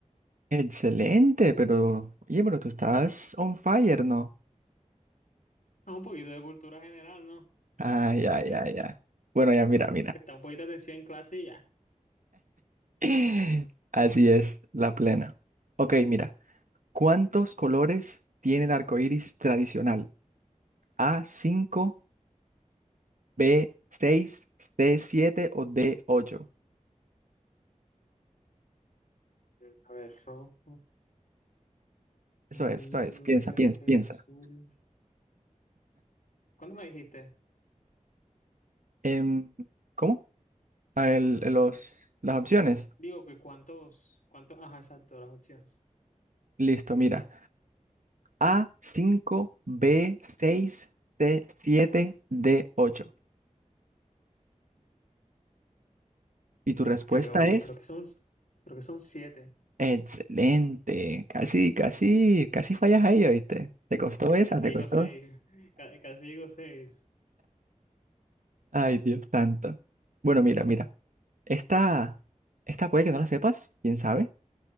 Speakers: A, on the right; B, on the left.
A: Excelente, pero, oye, pero tú estás on fire, ¿no?
B: Ah, un poquito de cultura general, ¿no?
A: Ay,
B: La típica.
A: ay, ay, ay. Bueno, ya, mira, mira.
B: presta un poquito de atención en clase y ya.
A: <laughs> Así es, la plena. Ok, mira. ¿Cuántos colores tiene el arco iris tradicional? A, cinco B, seis C, siete o D, ocho
B: Mm, A ver, rojo,
A: Eso
B: amarillo,
A: es, eso es. Piensa,
B: verde,
A: piensa, piensa.
B: azul. ¿Cuánto me dijiste?
A: Em, ¿cómo? A el- los, las opciones.
B: Digo que cuántos, cuántos, ajá, exacto, las opciones.
A: Listo, mira. A, cinco B, seis C, siete D, ocho Y tu respuesta
B: Creo,
A: es
B: creo que son, creo que son siete.
A: excelente. Casi, casi, casi fallas ahí, ¿oíste? ¿Te costó
B: ca-
A: esa?
B: casi
A: ¿Te
B: digo
A: costó?
B: seis, ca- casi digo seis.
A: Ay, Dios santo. Bueno, mira, mira. Esta, esta puede que no la sepas, quién sabe.